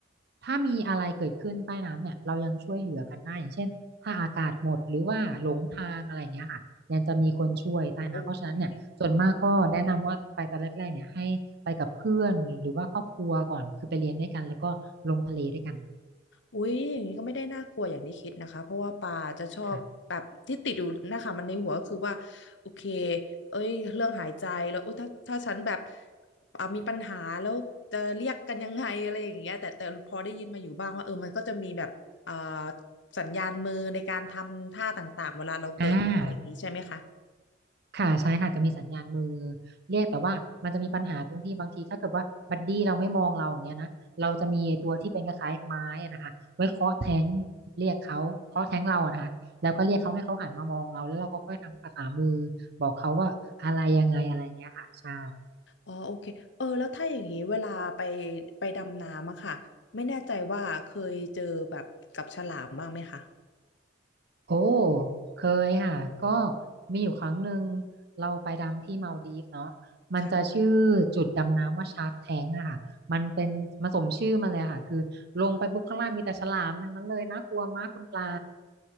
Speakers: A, on the right; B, on the left.
A: ถ้ามีอะไรเกิดขึ้นใต้น้ำเนี่ยเรายังช่วยเหลือกันได้อย่างเช่นถ้าอากาศหมดหรือว่าหลงทางอะไรอย่างเงี้ยค่ะ ยังจะมีคนช่วยใต้น้ำเพราะฉะนั้นเนี่ยส่วนมากก็แนะนำว่าไปตอนแรกๆเนี่ยให้ไปกับเพื่อนหรือว่าครอบครัวก่อนคือไปเรียนด้วยกันแล้วก็ลงทะเลด้วยกัน
B: โอเค อุ้ยอย่างนี้ก็ไม่ได้น่ากลัวอย่างที่คิดนะคะเพราะว่าปาจะชอบแบบที่ติดอยู่นะคะมันในหัวก็คือว่าโอเค
A: ค่ะ
B: เอ้ยเรื่องหายใจแล้วอุ๊ยถ้าถ้าฉันแบบอ่ะมีปัญหาแล้วจะเรียกกันยังไงอะไรอย่างเงี้ยแต่แต่พอได้ยินมาอยู่บ้างว่าเออมันก็จะมีแบบอ่าสัญญาณมือในการทำท่าต่างๆเวลาเราเกิดอะไรอย่างนี้ใช่ไหมคะ
A: อ่าค่ะใช่ค่ะจะมีสัญญาณมือเรียกแต่ว่ามันจะมีปัญหาตรงที่บางทีถ้าเกิดว่าบัดดี้เราไม่มองเราอย่างเงี้ยนะเราจะมีไอ้ตัวที่เป็นคล้ายๆไม้อะนะคะไว้เคาะแท้งเรียกเขาเคาะแท้งเราอะนะคะแล้วก็เรียกเขาให้เขาหันมามองเราแล้วเราก็ค่อยทำภาษามือบอกเขาว่าอะไรยังไงอะไรเงี้ยค่ะใช่
B: อ๋อโอเคเออแล้วถ้าอย่างนี้เวลาไปไปดำน้ำอะค่ะไม่แน่ใจว่าเคยเจอแบบกับฉลามบ้างไหมคะ
A: โอ้เคยค่ะก็มีอยู่ครั้งหนึ่งเราไปดำที่มาลดีฟเนาะมันจะชื่อจุดดำน้ำว่าชาร์กแทงอะค่ะมันเป็นมาสมชื่อมาเลยอะค่ะคือลงไปปุ๊บข้างล่างมีแต่ฉลามทั้งนั้นเลยน่ากลัวมากคุณปลา
B: ค่ะ